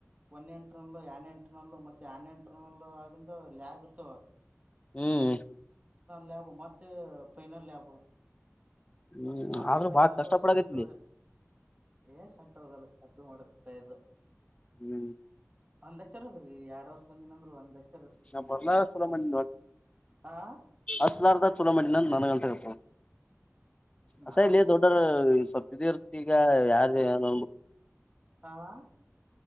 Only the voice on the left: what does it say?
ಹ್ಮ್
ಹ್ಮ್
ಆದ್ರೂ
ಬಾಳ ಕಷ್ಟ
ಪಡಕತ್ಲಿ
ಹ್ಮ್
ನ ಬರಲ ಚಲ ಮಣಿ
ಅಸ್ಲಾರ್ದಾ ಚಲ ಮಿನ ನನಗ ತೆಗೆಪ್ಪ ಅಸ
ಇಲ್ಲಿ
ದೊಡ್ಡರು ಸ್ವಪ ಇರ್ತಿ ಈಗ ಯಾರ ಏನ